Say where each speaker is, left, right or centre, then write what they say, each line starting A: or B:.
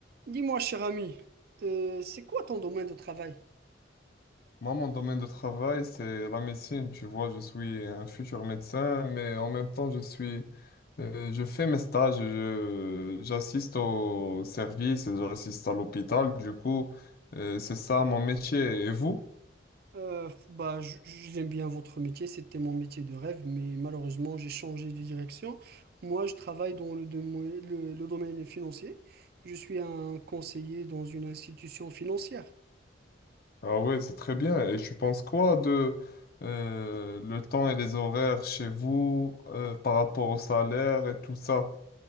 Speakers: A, on the right (about 55°); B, on the left (about 55°).
A: Dis-moi, cher ami, euh, c'est quoi ton domaine de travail?
B: Moi, mon domaine de travail, c'est la médecine. Tu vois, je suis un futur médecin, mais en même temps, je suis, euh, je fais mes stages, je- j'assiste au service, et j'assiste à l'hôpital. Du coup, euh, c'est ça mon métier. Et vous?
A: Euh, bah, j- j'aime bien votre métier, c'était mon métier de rêve, mais malheureusement, j'ai changé de direction. Moi, je travaille dans le, domo- le- le domaine financier. Je suis un conseiller dans une institution financière.
B: Ah ouais, c'est très bien. Et tu penses quoi de euh, le temps et les horaires chez vous euh, par rapport au salaire et tout ça?